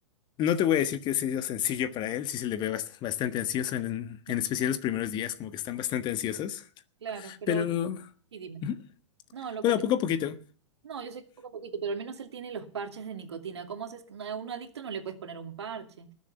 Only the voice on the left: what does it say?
no te voy a decir que sea sencillo para él, sí se le ve bast- bastante ansioso, en, en
especial los primeros días, como que están bastante ansiosos.
Pero,
ujú,
bueno,
poco a poquito.